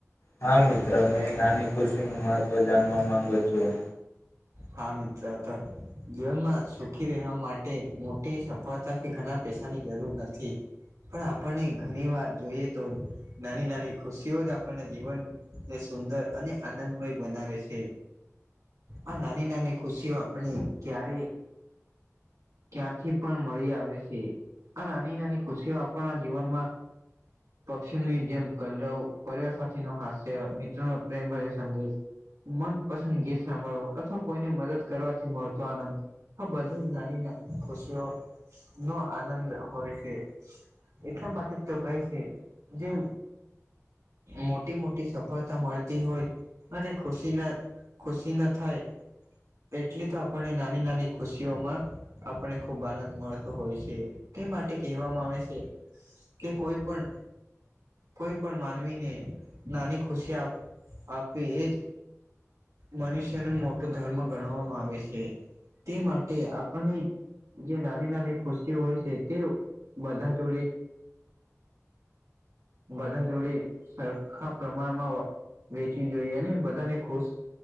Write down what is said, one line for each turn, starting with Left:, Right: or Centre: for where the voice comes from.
Left: હા મિત્ર મેં નાની ખુશીનું મહત્ત્વ જાણવા માંગુ છું.
Right: હા મિત્ર તો જીવનમાં સુખી રહેવા માટે સફળતા કે ઘણા પૈસાની જરૂર નથી, પણ આપણને ઘણી વાર જોઈએ તો નાની નાની ખુશીઓ જ આપણને જીવનને સુંદર અને આનંદમય બનાવે છે. આ નાની નાની ખુશીઓ આપણે ક્યારેય ક્યાંથી પણ મળી આવે છે, આ નાની નાની ખુશીઓ આપના જીવનમાં પક્ષીની જેમ કલરવ, પરિવાર સાથેનો હાસ્ય, મિત્રોનો પ્રેમ સંદેશ મનપસંદ ગીત સાંભળો અથવા કોઈને મદદ કરવાથી મળતો આનંદ તો બધું જ નાની નાની ખુશીઓનો આનંદ હોય છે. એટલા માટે તો કહે છે જે મોટી મોટી સફળતા મળતી હોય અને ખુશીના ખુશી ના થાય એટલી તો આપણે નાની નાની ખુશીઓમાં આપને ખુબ આનંદ મળતો હોય છે તે માટે કહેવામાં આવે છે. કે કોઈ પણ કોઈ પણ માનવીને નાની ખુશી આપવી એજ મનુષ્યને મોટું ધર્મ ગણવામાં આવે છે તે માટે આપને જે નાની નાની ખુશીઓ હોય છે તે બધા જોડે બધા જોડે સરખા પ્રમાણમાં વેચવી જોઈએ અને બધાને ખુશ